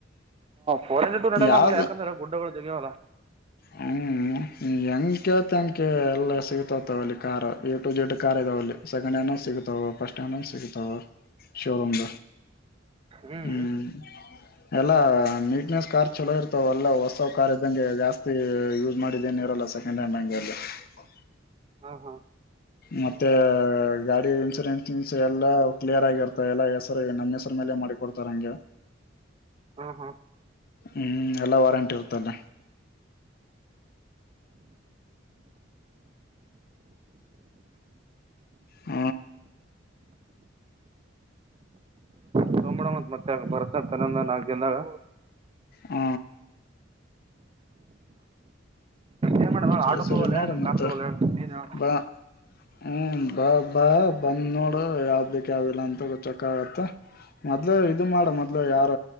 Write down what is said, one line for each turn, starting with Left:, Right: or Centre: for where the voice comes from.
Right: ಕರ ಡ್ು ನಡಲ್ಲ
Left: ಯಾವ್ದ
Right: ಮಬೆಲ್ಲಿ ಯಾಕಂದ್ರೆ ಗುಡ್ಡಗಳು ಜಗ್ಯಾವಲ್ಲ
Left: ಹ್ಮ ಹೆಂ್ಕತಂಕ ಎಲ್ಲ ಸಿಗುತ್ತ ಅಲ್ಲಿ car A to Z car ಇದಾವ ಅಲ್ಲಿ ಸೆಕಂಡ್ ಹ್ಯಾಂಡ್ಂದ ಸಿಗತಾವ ಫಸ್ಟ್ ಹ್ಯಾಂಡ್ಂದ ಸಿಗತಾವ ಶೋರೂಮ
Right: ಹ್ಮ್
Left: ಹ್ಮ
Right: ಹ್ಮ್
Left: ಎಲ್ಲಾ ನೀಟ್ನೆಸ್ ಕಾರ್ ಚಲೋ ಇರ್ತವ ಅಲ್ಲ ಹೊಸ ಕಾರ್ ಇದ್ದಂಗೆ ಜಾಸ್ತಿ ಯೂಸ್ ಮಾಡಿದೇನ ಇರಲ್ಲ ಸೆಕೆಂಡ್ ಹ್ಯಾಂಡ್ ಹಂಗೆ ಅ ಹ್ಮ
Right: ಹಾ ಹಾ
Left: ಮತ್ತೆ ಗಾಡಿ ಇನ್ಸೂರೆನ್ಸ್ನ್ ಎಲ್ಲಾ ಕ್ಲಿಯರ್ ಆಗಿರ್ತಾವ ಎಲ್ಲಾ ಹೆಸರು ನಮ್ಮ್ ಹೆಸರು ಮೇಲೆ ಮಾಡಿಕೊಡ್ತಾರ ಹಂಗೆ
Right: ಹಾ ಹಾ
Left: ಹ್ಮ್ ಎಲ್ಲ ವಾರಂಟಿ ಇರ್ತಲ್ಲ ಹ
Right: ತಗೊಂಬಿಡಮಂತ್ ಮತ್ತೆ ಬರ್ಸ ತನ್ನಂದ ನಾಲ್ಕ್ ದಿನದಾಗ
Left: ಹ
Right: ಏನ್ ಮಾಡ
Left: ಸರಿ
Right: ಆಟೋ
Left: ಸರಿ
Right: ತಗೋಲ್ಲ
Left: ನೋಡ
Right: ಏನ್
Left: ಮತ್ತೆ
Right: ಕಾರ್ ತಗೋಲ್ಲ ಹೇಳು ನೀನ್ ಹೇಳು
Left: ಬಾ ಹ್ಮ ಬಾ ಬಾ ಬಂದ್ ನೋಡು ಯಾವ್ದ್ ಬೇಕ ಯಾವ್ದಿಲ್ಲ ಅಂತ ಚಕ್ಕ ಆಗತ್ತ ಮೊದ್ಲ ಇದು ಮಾಡ ಮೊದ್ ಯಾರ